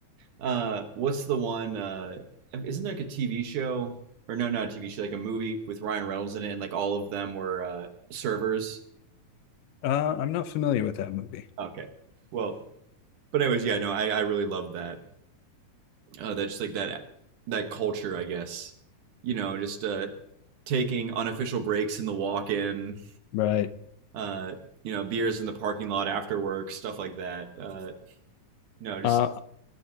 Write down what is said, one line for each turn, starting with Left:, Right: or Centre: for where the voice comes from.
Right: Uh, what's the one? Uh, isn't there like a TV show or no, not a TV show, like a movie with Ryan Reynolds in it, and like all of them were uh, servers.
Left: Uh, I'm not familiar with that movie.
Right: Okay. Well, but anyways, yeah, no, I I really loved that. uh, that's like that that culture, I guess. You know, just uh, taking unofficial breaks in the walk-in,
Left: Right.
Right: uh, you know, beers in the parking lot after work, stuff like that. Uh, no, just
Left: Uh,